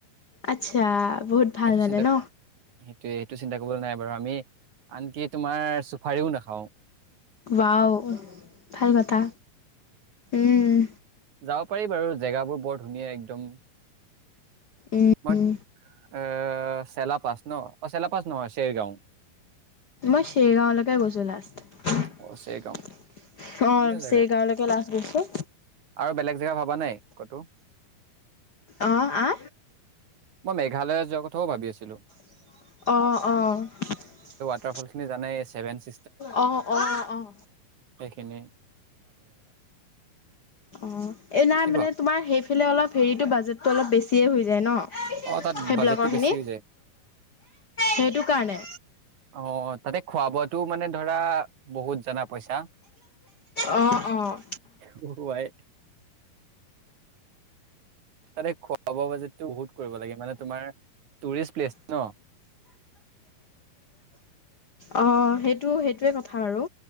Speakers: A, on the left (about 75°); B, on the right (about 55°).
A: আচ্ছা বহুত ভাল
B: সেইটো
A: মানে
B: চিন্তা
A: ন
B: সেইটোয়ে সেইটো চিন্তা কৰিবলৈ নাই বাৰু আমি আনকি তোমাৰ চুফাৰিও নাখাওঁ
A: ৱাও ভাল কথা উম
B: যাব পাৰি বাৰু জেগাবোৰ বৰ ধুনীয়া একদম
A: উম
B: মই এ চেলাপাছ ন অ চেলাপাচ নহয় চেৰগাঁও
A: মই চেৰগাঁৱলৈকে গৈছো লাষ্ট
B: অ চেৰগাঁও
A: অ
B: ধুনীয়া জেগা
A: চেৰগাঁৱলৈকে লাষ্ট গৈছো
B: আৰু বেলেগ জেগা ভাবা নাই ক'তো
A: অহ আ
B: মই মেঘালয় যোৱা কথাও ভাবি আছিলো
A: অঁ অঁ অঁ
B: <unintelligible> ছেভন চ
A: অঁ অ অঁ
B: কেনে
A: অ এই নাই
B: কি
A: মানে
B: কোৱা
A: তোমাৰ সেইফালে অলপ হেৰিতটো বাজেটটো অলপ বেছি হে হৈ যায় ন
B: অ তাত
A: সেইবিলাকৰখিনি
B: বাজেটটো বেছি হৈ যায়
A: সেইটো কাৰণে
B: অ তাতে খোৱা বোৱাটো মানে ধৰা বহুত জানা পইচা
A: অ অ
B: খোৱাই তালে খোৱা বোৱা বাজেটো বহুত কৰিব লাগে মানে তোমাৰ টুৰিষ্ট প্লেচ ন
A: অ সেইটো সেইটোৱে কথা আৰু